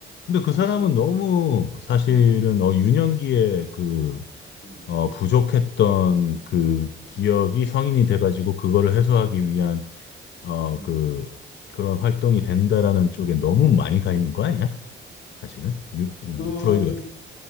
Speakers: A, on the left; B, on the left.
A: 근데 그
B: 그치.
A: 사람은 너무 사실은
B: 음,
A: 어 유년기에 그
B: 음,
A: 어, 부족했던 그 기억이
B: 음,
A: 성인이 돼가지고 그거를 해소하기 위한 어,
B: 음.
A: 그 그런 활동이 된다라는 쪽에 너무 많이 가 있는 거 아니야? 사실은 유, 어,
B: 그
A: 프로이드 같은.